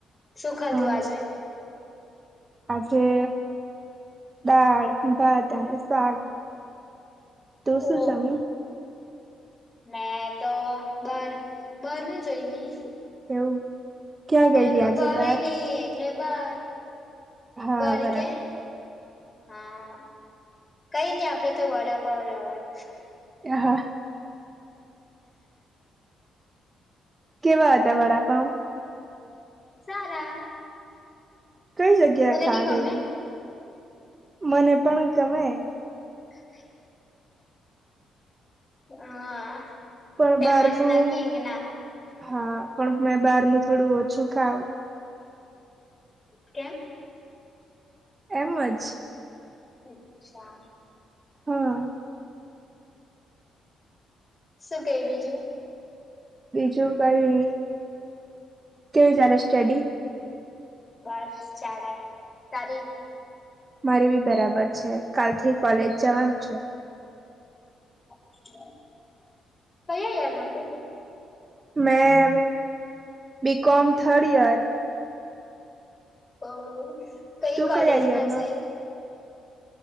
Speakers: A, on the left; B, on the right.
A: શું ખાધું
B: હા
A: આજે?
B: આજે દાળ, ભાત અને શાક. તું
A: ઓ
B: શું જમી?
A: મેં તો બાર, બાર ન જોઈમી.
B: એવું? ક્યાં
A: ઘરનું
B: ગયેલી આજે
A: ભાવે
B: બાર
A: ની એટલે બાર.
B: હા
A: બરી
B: બરાબર
A: કે હા. કઈ ની આપડે તો વડાપાવ અજ લાવાનું.
B: એ હા. કેવા હતા
A: હા,
B: વડાપાવ?
A: સારા.
B: કઈ જગ્યાએ
A: તને
B: ખાવા
A: ની ગમે
B: ગયલી? મને પણ ગમે.
A: હ. હા
B: પણ
A: ફેમસ
B: બારનું
A: ના કિંગ ના.
B: હા પણ મેં બાર નું થોડું ઓછું ખાઉં.
A: કેમ?
B: એમ અજ.
A: અચ્છા.
B: હા
A: શું કઈ બીજું?
B: બીજું કયું નહી કેવી ચાલે સ્ટડી.
A: બસ ચાલે. તારી?
B: મારી બી બરાબર છે કાલથી કોલેજ જવાનું છે.
A: અચ્છા, કયા યર મા તું?
B: મેં હવે બી કોમ થર્ડ યર.
A: ઓ કઈ
B: તું
A: કોલેજ
B: કયા
A: માં
B: યરમાં
A: જાય?